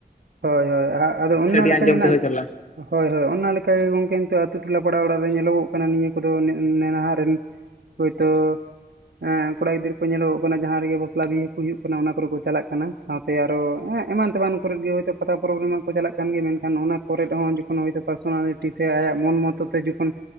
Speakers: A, on the right; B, on the left.
A: ᱦᱳᱭ ᱦᱳᱭ ᱟᱫᱚ ᱚᱱᱟ
B: ᱥᱟᱰᱮ
A: ᱞᱮᱠᱟᱜᱮ
B: ᱟᱸᱡᱚᱢ
A: ᱱᱟᱦᱟᱜ
B: ᱛᱮᱦᱚᱸᱭ ᱪᱟᱞᱟᱜᱼᱟ
A: ᱦᱳᱭ ᱦᱳᱭ ᱚᱱᱟ ᱞᱮᱠᱟᱜᱮ ᱜᱚᱢᱠᱮ ᱱᱤᱛᱚᱜ ᱟᱛᱳ ᱴᱚᱞᱟ ᱯᱟᱲᱟ ᱚᱲᱟᱜ ᱨᱮ ᱧᱮᱞᱚᱜᱚᱜ ᱠᱟᱱᱟ ᱱᱤᱭᱟᱹ ᱠᱚᱫᱚ ᱱᱮᱱᱦᱟ ᱨᱮᱱ ᱦᱳᱭᱛᱳ ᱦᱮᱸᱠᱚᱲᱟ ᱜᱤᱫᱽᱟᱹᱨᱟᱹ ᱠᱚ ᱧᱮᱞᱚᱜᱚᱜ ᱠᱟᱱᱟ ᱡᱟᱦᱟᱸ ᱨᱮᱜᱮ ᱵᱟᱯᱞᱟ ᱵᱤᱦᱟᱹ ᱠᱚ ᱦᱩᱭᱩᱜ ᱠᱟᱱᱟ ᱚᱱᱟ ᱠᱚᱨᱮ ᱠᱚ ᱪᱟᱞᱟᱜ ᱠᱟᱱᱟ ᱥᱟᱶᱛᱮ ᱛᱮᱭᱟᱨᱚᱜ ᱮᱢᱟᱱ ᱛᱮᱢᱟᱱ ᱠᱚᱨᱮ ᱜᱮᱡ ᱯᱟᱛᱟ ᱯᱨᱳᱚᱵᱽ ᱨᱮᱢᱟ ᱠᱚ ᱪᱟᱞᱟᱜ ᱠᱟᱱ ᱥᱮ ᱯᱟᱛᱟ ᱯᱚᱨᱚᱵ ᱨᱮᱢᱟ ᱠᱟ ᱪᱟᱞᱟᱜ ᱠᱟᱱ ᱜᱮᱭᱟ ᱢᱮᱱᱠᱷᱟᱱ ᱚᱱᱟ ᱠᱚᱨᱮ ᱦᱚᱸ ᱡᱚᱠᱷᱚᱱ ᱦᱳᱭᱛᱳ ᱯᱟᱨᱥᱚᱱᱟᱞᱤᱴᱤ ᱥᱮ ᱟᱭᱟᱜ ᱢᱚᱱ ᱢᱚᱛ ᱛᱮ ᱡᱚᱠᱷᱚᱱ